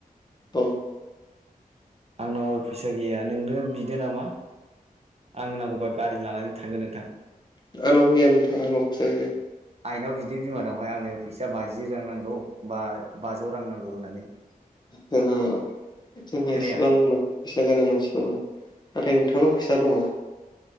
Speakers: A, on the left (about 30°); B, on the right (about 45°).
A: औ
B: आंनाव फैसा गैया नोंनो बिदो नामा आंनो नांगौबा गारि लानानै थांगोन नोंथां
A: आंनाव गैया नोंथां आंनाव फैसा गैया
B: आइनाव बिदो बिमानावहाय आंनो फैसा बाजि रां नांगौ बा बाजौ रां नांगौ होननानै
A: जों जोंहा
B: खोनाया
A: इसेबां मा फैसा गोनां मानसि नङा नाथाय नोंथांनाव फैसा दङ